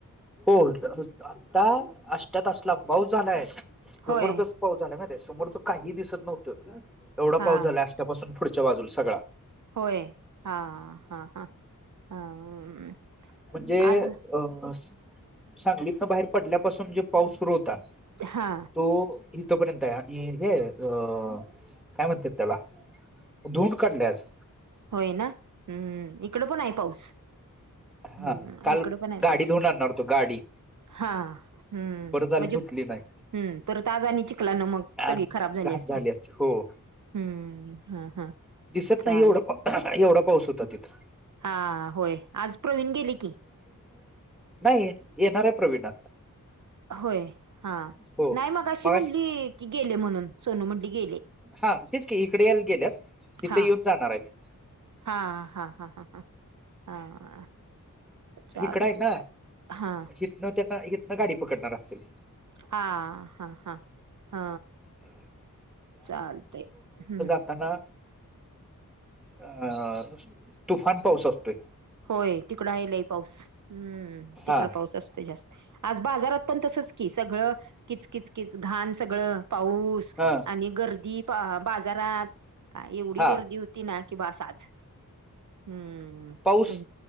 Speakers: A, in the centre; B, on the right.
A: हो आता आष्ट्यात असला पाऊस झालाय सोबच
B: होय
A: पाऊस झालाे समोर त काहीही दिसत नव्हतो एवढा पाऊस
B: हा
A: झाला आष्ट्यापासून पुढच्या बाजूूनला सगळा.
B: होय हा हा ह ह
A: म्हणजे
B: आज
A: अ सांगलीतन बाहेर पडल्यापासून जे पाऊस सुरू होता.
B: हा
A: तो इथोपर्यंत आहे आणि हे अ काय म्हणतेात त्याला धुंड काढल्याच.
B: होय ना ह् इकड पण आहे पाऊस.
A: हा
B: हम्म
A: काल
B: इकड पण आहे
A: गाडी
B: पाऊस.
A: धुऊून आणणार होतो गाडी
B: हा हम्म
A: बरं झालं
B: म्हणजे
A: धुतली नाही
B: हम पर ताजा आणि चिकला मग
A: आणि
B: सगळी खराब झाली
A: घाण
B: असती
A: झाली असते हो
B: हम्म हा हा
A: दिसत
B: चाल
A: नाही एवढा एवढा पाऊस होता तिथं
B: हा होय आज प्रवीण गेली की
A: <inaudible> नाही येणार आहे प्रवीण
B: होय हा
A: हो
B: नाही मग अशी
A: मगाशी
B: म्हटली की गेले म्हणून सोनू म्हंली गेले
A: हा तेच की इकडे यायला गेल्यात इिथे
B: हा
A: येऊन जाणार आहेत
B: हा हा हा हा ह हा चालते
A: इकडं आहे ना
B: चाल हा
A: हथनं त्यांना हिथनं गाडी पकडणार असतील
B: हा हा हा हा चालते हम्म
A: ताना अ तुफान पाऊस असतोय
B: होय तिकडं आहेलाय पाऊस हम्म तिकड
A: हा
B: पाऊस असतोय जास्त आज बाजारात पण तसंच की सगळं किच किच किच घाण सगळं पाऊस
A: ह
B: आणि गर्दी बाजारात काय एवढी
A: हा
B: गर्दी होती ना की बास आज हम्म
A: पाऊस